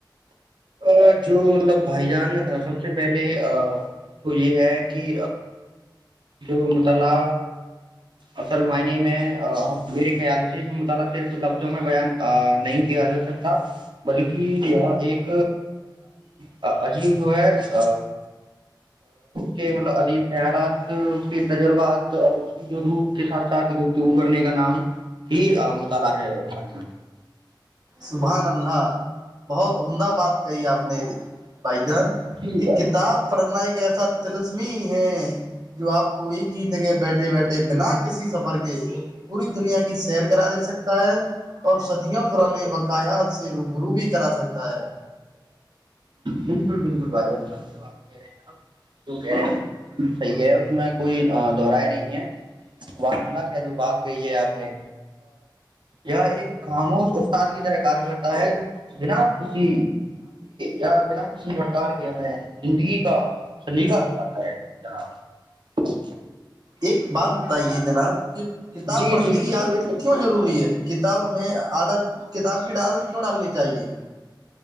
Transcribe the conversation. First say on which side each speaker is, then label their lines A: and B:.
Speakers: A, on the right; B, on the right.
A: ا جو مطلب بھائی جان سب سے پہلے تو یہ ہے کہ جو م <unintelligible> الا اک مع میں میرے خیال سے جو مطالعہ صرف لفظوں میں بیان نہیں کیا جا سکتا بلکہ یہ ایک عجیب جو ہے اس کے مطلب عجیب خیالات اس کے تجربات اور اس کی جو روح کے ساتھ ساتھ گفتگو کرنے کا نام ہی مطالعہ ہےان
B: سبھان اللہ بہت عمدہ بات کہی آپ نے بائی چانس
A: جی
B: کہ
A: بھائی
B: کتاب پڑھنا ایک ایسا لسمی ہے جو آپ کو ایک ہی جگہ بیٹھے بیٹھے بنا کے کسی سفر کے پوری دنیا کی سیر کرا دے سکتا ہے اور صدیوں پرانا اپنے وقاعت سے روبرو بھی کرا سکتا ہے
A: بالکل بالکل بھج سےے رہے ہیںپ جو کہہ رہے ہیں ن بالکل صحیح ہے اس میں کوئی دور نہیں ہے و اللہ جو بات کہئی ہے آپ نے یہ ایک خاموش استاد کی طرح کرتا ہے بنا کسی یا بنا کسی پرکار کے ہمیں زندگی کا سلیقہ دکھاتا ہے جناب
B: ایک بات بتائیے جناب کہ کتاب
A: جی
B: پڑھنے
A: جی
B: کی
A: بالکل
B: عادت
A: بالکل
B: کیوں ضروری ہے کتاب میں عادت کتاب کے ڈال کیوں ڈالنی چاہیے